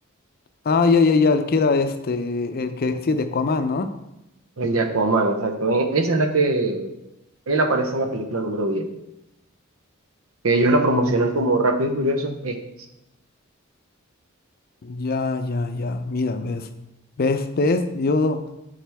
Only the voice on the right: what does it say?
El de Aquaman, exacto. Eh, Esa es la que él aparece en la película número diez. que ellos la promocionan
como Rápido y Furioso. Este,